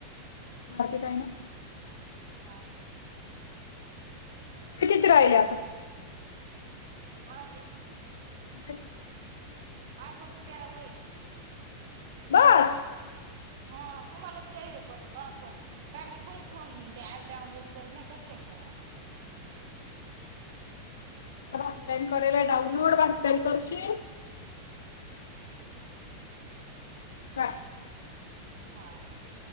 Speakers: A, on the left; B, on the right.
A: भारती ताई ना
B: हा हा
A: ते किती राहिले आता
B: कोणाची
A: ह <unintelligible>
B: आ फक्त तेरा व्हायलय
A: बस
B: हा तुम्हालाच करू का फोन <inaudible>
A: आता बाकी टाईम करालय डाऊनलोडच असतय करशील का
B: हा